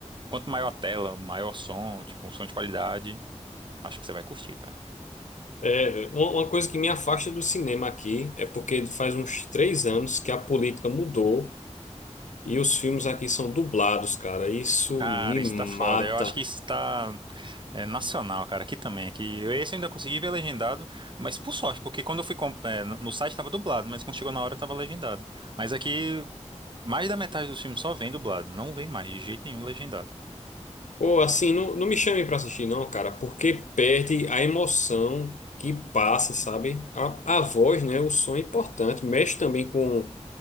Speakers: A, on the right; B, on the left.
A: quanto maior a tela, maior som, tipo, um som de qualidade, acho que você vai curtir, cara.
B: É, uma uma coisa que me afasta do cinema aqui é porque faz uns três anos que a política mudou e os filmes aqui são dublados, cara. Isso
A: Cara,
B: me
A: isso
B: mata.
A: tá foda. Eu acho que isso tá. É nacional, cara, aqui também. Aqui, eu- esse eu ainda consegui ver legendado, mas por sorte, porque quando eu fui comp- é, no no site estava dublado, mas quando chegou na hora estava legendado. Mas aqui, mais da metade dos filmes só vem dublado, não vem mais de jeito nenhum legendado.
B: Ou assim, não, não me chame pra assistir, não, cara, porque perde a emoção que passa, sabe? A, a voz, né? O som é importante, mexe também com,